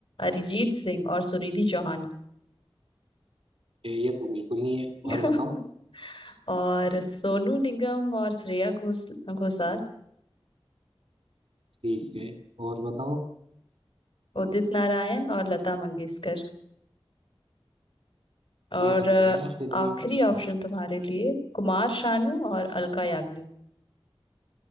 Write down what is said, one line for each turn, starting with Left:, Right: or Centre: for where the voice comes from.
Left: अरिजीत सिंह और सुनिधि चौहान
Right: ये ये तो बिल्कुल नहीं है
Left: <laughs>
Right: और बताओ
Left: और सोनू निगम और श्रेया घोष घोषाल
Right: ठीक है और बताओ
Left: उदित नारायण और लता मंगेशकर और
Right: ये लग
Left: अ,
Right: रहे हैं यार फिर भी
Left: आखिरी ऑप्शन तुम्हारे लिए कुमार शानू और अलका याग्निक